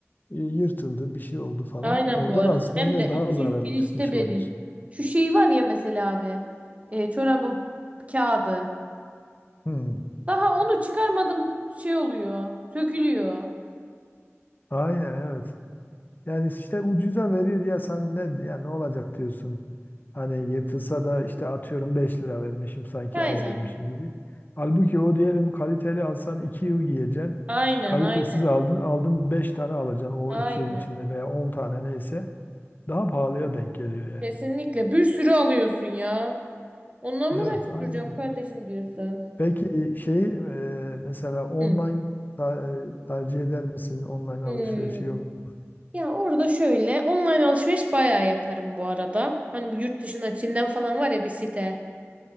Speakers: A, on the left; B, on the right.
A: e, yırtıldı bir şey oldu falan.
B: Aynen
A: Orada
B: bu arada.
A: da aslında
B: Hem
A: yine
B: de
A: daha
B: 200
A: zararlı
B: girişte
A: çıkmış
B: vereyim.
A: oluyorsun.
B: Şu şey var ya mesela abi. E, çorabın kağıdı.
A: Hmm.
B: Daha onu çıkarmadım şey oluyor. Sökülüyor.
A: Aynen evet. Yani işte ucuza veriyor ya sen ne ya ne olacak diyorsun. Hani yırtılsa da işte atıyorum 5 lira vermişim sanki
B: Aynen.
A: az vermişim gibi. Halbuki o diyelim kaliteli alsan 2 yıl giyeceksin.
B: Aynen
A: Kalitesiz
B: aynen.
A: aldın aldın 5 tane alacaksın o
B: Aynen.
A: 2 yıl içinde veya on tane neyse daha pahalıya denk geliyor yani.
B: Kesinlikle bir sürü alıyorsun ya. Onunla mı
A: Evet
B: uğraşıp
A: aynen
B: duracağım
A: öyle.
B: kardeşim diyorsun.
A: Peki şey e, mesela online
B: Hı.
A: ta- e, tercih eder misin online
B: Hmm.
A: alışverişi yok?
B: Ya orada şöyle online alışveriş bayağı yaparım bu arada. Hani bu yurt dışına Çin'den falan var ya bir site.